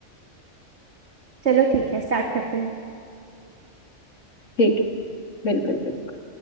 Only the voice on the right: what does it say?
चलो ठीक है स्टार्ट करते हैं